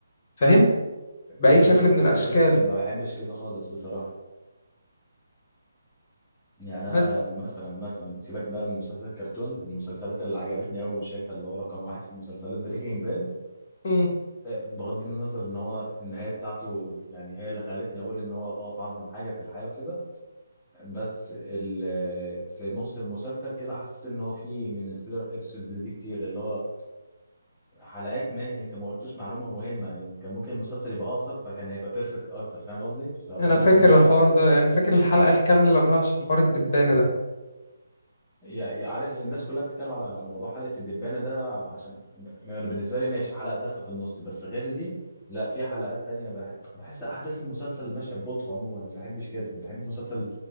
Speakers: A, on the left (about 40°); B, in the centre.
A: فاهم باي
B: ايوه
A: شكل
B: ما
A: من
B: بحبش
A: الاشكال
B: ما بحبش كده خالص بصراحه يعني
A: بس
B: انا مثلا مثلا سيبك بقى من مسلسل الكرتون المسلسلات اللي عجبتني قوي وشايفها اللي هو رقم واحد في المسلسلات بريكنج باد
A: امم
B: بغض النظر ان هو النهايه بتاعته يعني هي اللي خلتني اقول ان هو اه اعظم حاجه في الحياه وكده بس ال- آه، في نص المسلسل كده حسيت ان هو في من الفيلر ابيسودز دي كتير اللي هو حلقات ما انت ما قلتوش معلومه مهمه انت كان ممكن المسلسل يبقى اقصر فكان هيبقى بيرفكت اكتر فاهم قصدي فانا
A: انا فاكر
B: ما بحبش كده
A: الحوار ده يعني فاكر الحلقه الكامله اللي عملوها عشان حوار الدبانه ده
B: يا- عارف الناس كلها بتتكلم على موضوع حلقة الدبانة ده عشان يعني بالنسبة لي ماشي حلقة تافهة في النص بس غير دي لا في حلقات تانية بح- بحس أحداث المسلسل ماشية ببطء عموما أنا ما بحبش كده بحب مسلسل